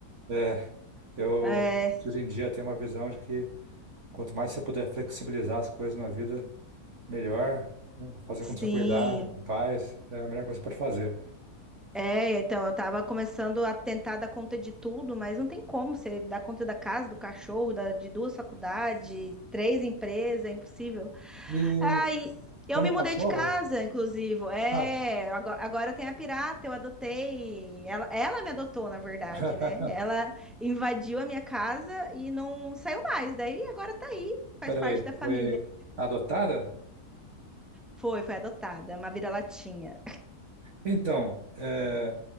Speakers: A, on the right; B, in the centre.
A: é, eu
B: É,
A: hoje em dia tenho uma visão de que quanto mais você puder flexibilizar as coisas na vida, melhor, né? Fazer
B: sim.
A: com tranquilidade, com paz, é a melhor coisa que você pode fazer.
B: É, então eu tava começando a tentar dar conta de tudo, mas não tem como você dar conta da casa, do cachorro, da- de duas faculdades, três empresas, é impossível.
A: E
B: Aí eu
A: falando
B: me
A: em
B: mudei
A: cachorro?
B: de casa, inclusive. É,
A: Ah,
B: ago- agora, tem a pirata, eu adotei. Ela, ela me adotou, na verdade,
A: <laughs>
B: né? Ela invadiu a minha casa e não saiu mais. Daí agora tá aí, faz
A: peraí,
B: parte da família.
A: foi adotada?
B: Foi, foi adotada, uma vira-latinha.
A: Então, é,